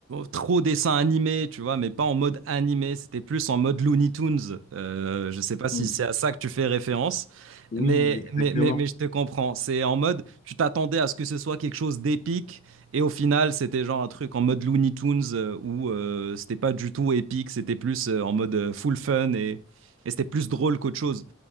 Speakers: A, on the right; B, on the left.
A: trop dessin animé, tu vois, mais pas en mode animé. C'était plus en mode Looney Tunes. Euh, je sais pas si
B: Mm.
A: c'est à ça que tu fais référence,
B: Oui,
A: mais,
B: exactement.
A: mais, mais, mais je te comprends. C'est en mode, tu t'attendais à ce que ce soit quelque chose d'épique, et au final, c'était genre un truc en mode Looney Tunes euh, où euh, c'était pas du tout épique. C'était plus euh, en mode euh, full fun et, et c'était plus drôle qu'autre chose.